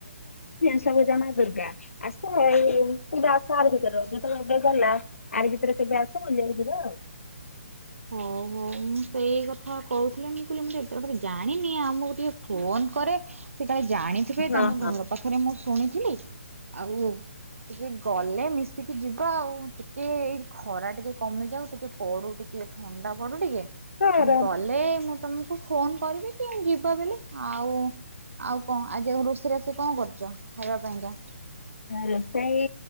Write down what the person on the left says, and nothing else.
ଦଶ ଭୂଜା ମା ଦୁର୍ଗା ଆସ ଏଇ ଦଶ ବାର ଭିତରେ ରାଜ ତ ଏବେ ଗଲା ଆର ଭିତରେ ତ। କେବେ ଆସ ବୁଲିବାକୁ ଯିବା ଆଉ।
ହଁ
ହଁ।
ତାର
ରୋଷେଇ